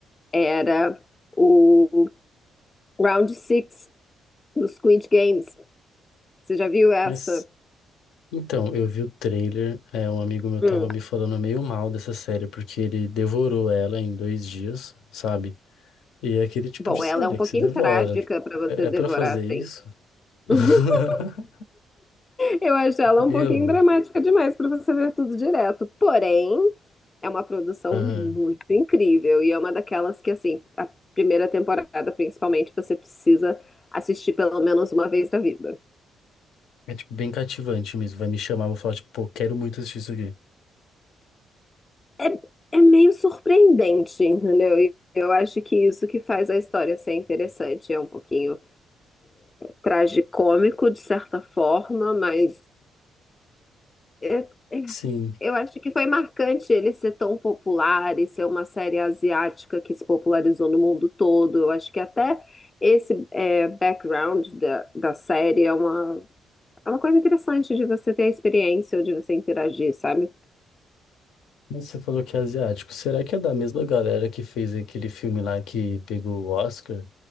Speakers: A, on the left; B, on the left.
A: era o Round Six do Squid Games. Você já viu essa?
B: mas, então, eu vi o trailer, é, um amigo meu
A: Hum.
B: tava me falando meio mal dessa série, porque ele devorou ela em dois dias, sabe? E é aquele tipo
A: Bom,
B: de série
A: ela é um pouquinho
B: que se devora.
A: trágica
B: tipo,
A: pra você
B: é,
A: devorar
B: é pra fazer
A: assim.
B: isso? <laughs>
A: <laughs> Eu acho ela um
B: Eu,
A: pouquinho dramática demais pra você ver tudo direto. Porém, É uma produção
B: aham.
A: muito incrível e é uma daquelas que, assim, a primeira temporada, principalmente, você precisa assistir pelo menos uma vez na vida.
B: é tipo bem cativante mesmo. Vai me chamar, vou falar, tipo, pô, quero muito assistir isso aqui.
A: É, é meio surpreendente, entendeu? E eu acho que isso que faz a história ser interessante. É um pouquinho tragicômico, de certa forma, mas é, é
B: Sim.
A: Eu acho que foi marcante ele ser tão popular e ser uma série asiática que se popularizou no mundo todo. Eu acho que até esse é, background da, da série é uma, é uma coisa interessante de você ter a experiência ou de você interagir, sabe?
B: Mas Você falou que é asiático. Será que é da mesma galera que fez aquele filme lá que pegou o Oscar?